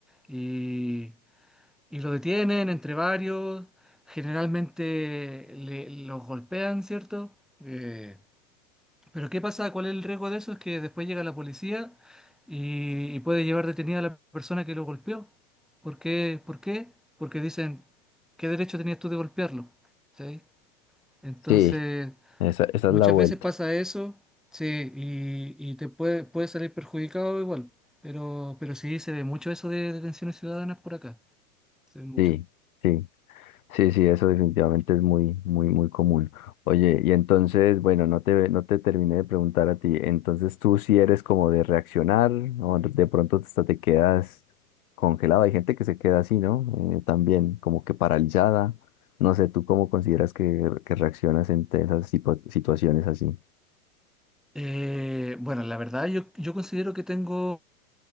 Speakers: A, in the centre; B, on the left.
A: Y, y lo detienen entre varios. Generalmente le- los golpean, ¿cierto? Eh, pero ¿qué pasa? ¿Cuál es el riesgo de eso? Es que después llega la policía y, y puede llevar detenida a la persona que lo golpeó. ¿Por qué? ¿Por qué? Porque dicen, ¿qué derecho tenías tú de golpearlo? ¿Sí? Entonces,
B: Sí, esa, esa
A: muchas
B: es la vuelta.
A: veces pasa eso, sí, y, y te puede, puede salir perjudicado igual. Pero, pero sí, se ve mucho eso de detenciones ciudadanas por acá. Se ve mucho.
B: Sí, sí. Sí, sí, eso definitivamente es muy, muy, muy común. Oye, y entonces, bueno, no te, no te terminé de preguntar a ti. Entonces, tú si eres como de reaccionar o de pronto hasta te quedas congelado. Hay gente que se queda así, ¿no? Eh, también como que paralizada. No sé, ¿tú cómo consideras que, que reaccionas en esas sipo- situaciones así?
A: Eh, bueno, la verdad yo, yo considero que tengo